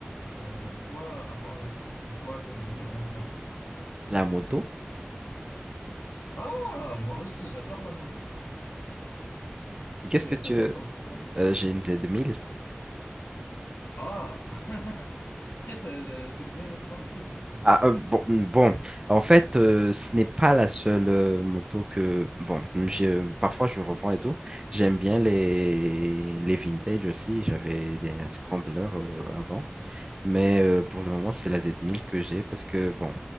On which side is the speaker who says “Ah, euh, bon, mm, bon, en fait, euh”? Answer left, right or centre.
Right